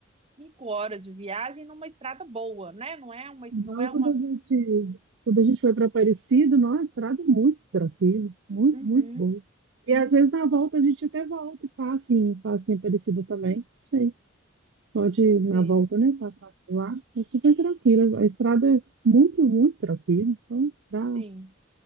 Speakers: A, on the right; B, on the right.
A: cinco horas de viagem numa estrada boa, né? Não é uma,
B: Então,
A: não é uma.
B: quando a gente, quando a gente foi para Aparecida, nossa, a estrada é muito tranquila, muito,
A: Uhum,
B: muito boa. E às vezes na volta a gente até volta e passa em, passa em Aparecida também, não sei. Pode ir na
A: sim,
B: volta, né, passar por lá. É super tranquila, a estrada é muito, muito tranquila. Então, dá,
A: sim.